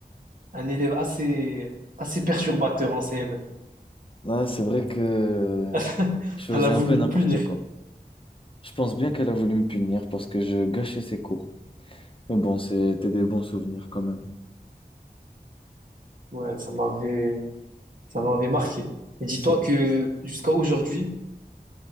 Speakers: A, on the right; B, on the left.
A: un élève assez, assez perturbateur en CM.
B: Ah, c'est vrai que
A: <laughs>
B: je faisais
A: Elle a voulu
B: un peu n'importe
A: te punir.
B: quoi. Je pense bien qu'elle a voulu me punir parce que je gâchais ses cours. Mais bon, c'était des bons souvenirs quand même.
A: Ouais, ça m'avait, ça m'avait marqué. Et dis-toi
B: Ça-
A: que jusqu'à aujourd'hui,